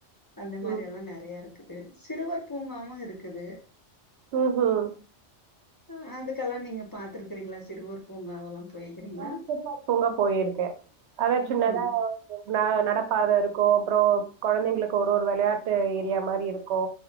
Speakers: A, on the left; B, on the right.
A: அந்த மாரி
B: ம்
A: எல்லா நெறையா இருக் க்கு சிறுவர் பூங்காவு இருக்குது
B: ம் ஹும்
A: ம் அதுக்கெல்லா நீங்க பாத்துருக்குறீங்களா சிறுவர் பூங்காவெல்லா போயிருக்கிறீங்களா
B: ஆ சிறுவர் பூங்கா போயிருக்கே அத
A: ம்
B: சின்னதா நா நடப்பாத இருக்கூ அப்பறோ கொழந்தைங்களுக்கு ஒரு ஒரு வெளையாட்டு ஏரியா மாரி இருக்கூ